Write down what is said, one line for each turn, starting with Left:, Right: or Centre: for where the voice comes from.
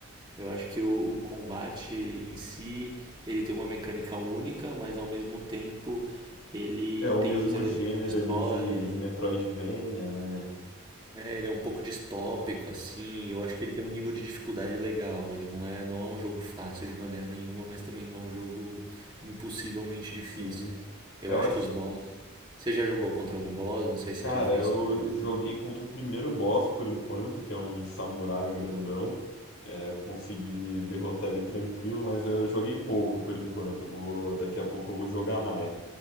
Right: eu acho que o, o combate em si, ele tem uma mecânica única, mas ao mesmo tempo ele
Left: É o
Right: tem
Left: mesmo
Right: os elementos
Left: gênero
Right: de história.
Left: ali de, de Metroidvania, né?
Right: É, ele é um pouco distópico, assim, e eu acho que ele tem um nível de dificuldade legal. Ele não é, não é um jogo fácil de maneira nenhuma, mas também não é um jogo impossivelmente difícil.
Left: Sim.
Right: Eu
Left: Eu
Right: acho
Left: acho.
Right: que os bosses. Você já jogou contra algum boss? Eu Não sei se
Left: Cara,
Right: você já fez
Left: eu
Right: só com um.
Left: joguei contra o primeiro boss por enquanto, que é um samurai grandão. É, consegui derrotar ele tranquilo, mas eu joguei pouco por enquanto. Vou, daqui a pouco eu vou jogar mais.